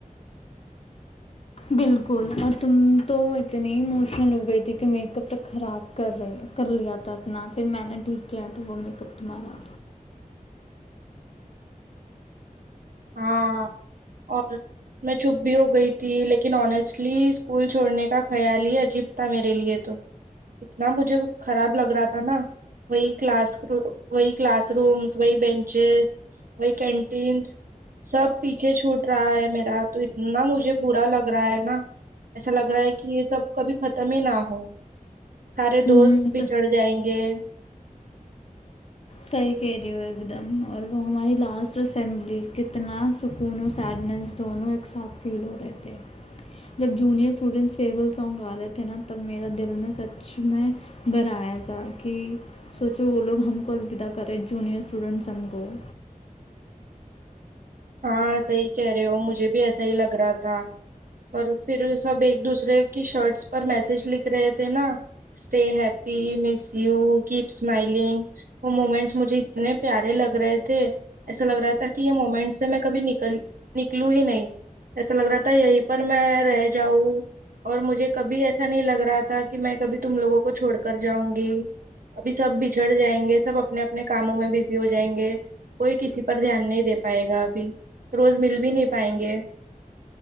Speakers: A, on the left; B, on the right.
A: بالکل اور تم تو اتنی اموشنل ہو گئی تھی کہ میک اپ تو خراب کر رہی کر لیا تھا اپنا پھر میں نے ٹھیک کیا تھا وہ میک اپ تمہارا
B: ہاں اور میں چپ بھی ہو گئی تھی لیکن آنیسٹلی اسکول چھوڑنے کا خیال ہی عجیب تھا میرے لیے تو اتنا مجھے خراب لگ رہا تھا نا وہی کلاس ر وہی کلاس رومس وہی بینچز وہی کینٹینس سب پیچھے چھوٹ رہا ہے میرا تو اتنا مجھے برا لگ رہا ہے نا ایسا لگ رہا ہے کہ یہ سب کبھی ختم ہی نہ ہو سارے
A: ہوں
B: دوست بھی چڑھ جائیں گے
A: صحیح کہہ رہی ہو ایک دم اور وہ ہماری لاسٹ اسمبلی کتنا سکون اور سیڈنیس دونوں ایک ساتھ فیل ہو رہے تھے جب جونیئر اسٹوڈین فی سونگ گ رہے تھے نا تب میرا دل میں سچ میں بھرایا تھا کہ سوچو وہ لوگ ہم کولکدہ کرے جونیئر اسٹوڈنٹ سم کوو
B: ہاں صحی کہہ رہے ہو مجھے بھی ایسا ہی لگ رہا تھا اور پھر سب ایک دوسرے کی شارٹس پر میسج لکھ رہے تھے نا stay happy miss you keep smiling وہ موومینٹس مجھے اتنے پیارے لگ رہے تھے ایسا لگ رہا تھا کہ یہ موومینٹس میں کبھی نکل نکلوں ہی نہیں ایسا لگ رہا تھا یہیں پر میں رہ جاؤں اور مجھے کبھی ایسا نہیں لگ رہا تھا کہ میں کبھی تم لوگوں کو چھوڑ کر جاؤں گی ابھی سب بچھڑ جائیں گے سب اپنے اپنے کاموں میں بزی ہو جائیں گے کوئی کسی پر دھیان نہیں دے پائے گا روز مل بھی نہیں پائیں گے